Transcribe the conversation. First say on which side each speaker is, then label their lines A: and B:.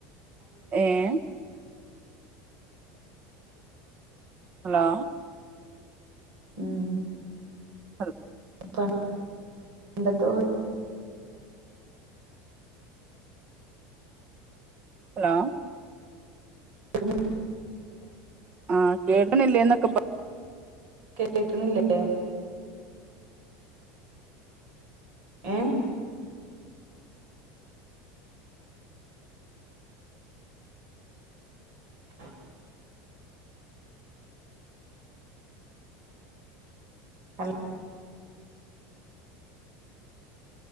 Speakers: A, on the right; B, on the right.
A: ഏഹ് ഹലോ
B: ഉം
A: അർ
B: പ ണ്ടത്തെ
A: ഹലോ
B: പി
A: ആഹ കേൾക്ക്ണില്ലേ എന്നൊക്കെ
B: കേക്കണില്ലേ ഏ <unintelligible> ഹലോ